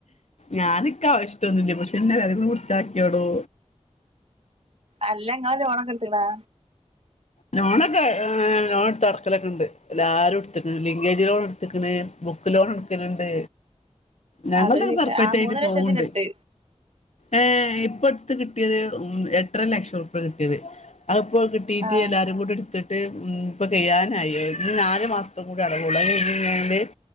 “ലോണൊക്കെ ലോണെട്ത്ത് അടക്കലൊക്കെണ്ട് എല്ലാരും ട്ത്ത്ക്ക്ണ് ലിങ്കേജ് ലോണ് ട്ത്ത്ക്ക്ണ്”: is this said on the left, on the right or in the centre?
Left